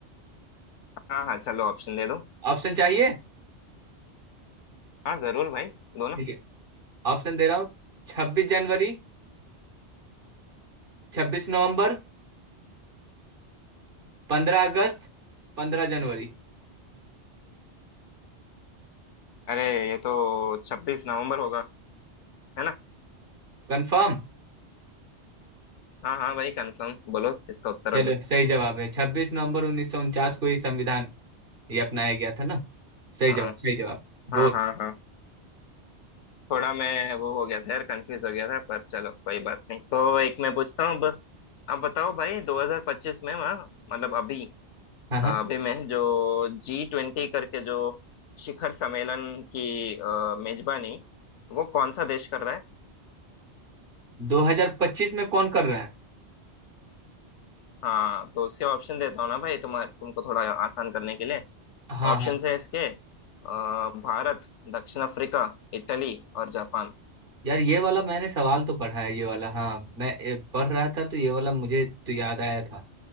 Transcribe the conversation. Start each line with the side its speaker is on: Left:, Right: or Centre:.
Left: हाँ हाँ चलो ऑप्शन दे दो
Right: ऑप्शन चाहिए
Left: हाँ जरूर भाई दोनों
Right: ठीक है ऑप्शन दे रहा हूँ छब्बीस जनवरी छब्बीस नवंबर पंद्रह अगस्त पंद्रह जनवरी
Left: अरे ये तो छब्बीस नवंबर होगा है ना
Right: कंफर्म
Left: हाँ हाँ भाई कंफर्म बोलो इसका उत्तर
Right: चलो
Left: अब
Right: सही जवाब है छब्बीस नवंबर उन्नीस सौ उनचास को ही संविधान ये अपनाया गया था ना सही
Left: हाँ
Right: जवाब सही जवाब
Left: हाँ
Right: गुड
Left: हाँ हाँ थोड़ा मैं वो हो गया था यार कंफ्यूज हो गया था पर चलो कोई बात नहीं तो एक मैं पूछता हूँ अब अब बताओ भाई 2025 में वहाँ मतलब अभी
Right: हाँ हाँ
Left: अभी में जो जी ट्वेंटी करके जो शिखर सम्मेलन की अ, मेजबानी वो कौन सा देश कर रहा है
Right: दो हजार पच्चीस में कौन कर रहा है
Left: हाँ तो उसके ऑप्शन देता हूँ ना भाई तुम्हारे तुमको थोड़ा आसान करने के लिए
Right: हाँ
Left: ऑप्शंस
Right: हाँ
Left: है इसके अ, भारत दक्षिण अफ्रीका इटली और जापान
Right: यार ये वाला मैंने सवाल तो पढ़ा है ये वाला हाँ मैं ए, पढ़ रहा था तो ये वाला मुझे तो याद आया था